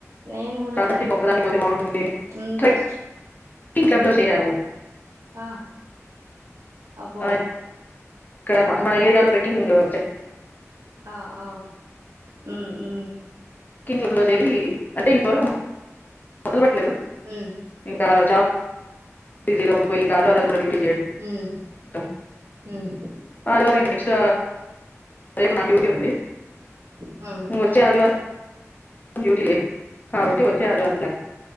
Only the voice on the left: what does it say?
కాబట్టి
ఇంకొక్కదాన్ని పోతే బాగుంటుంది
ట్రెక్
ట్రెక్కి క్లబ్ లో చేరాను
ఆ, ఇక్కడ మా మన ఏరియాలో ట్రెక్కింగ్ చే
<unintelligible> తిరిగి అంటే ఇతురకమా చదవట్లేదు
ఇంకా జాబ్ బిజీలో ఉండిపోయి ఇంకా ఆది వారాలు కూడా డ్యూటిల్ చేయంటం
టం
ఆదివారం ఇంకా నెక్స్ట్ రేపు నా డ్యూటీ ఉంది
ఉమ్ వచ్చే ఆదివారం డ్యూటీ లేదు కాబట్టి
వచ్చే ఆదివారం ప్లాన్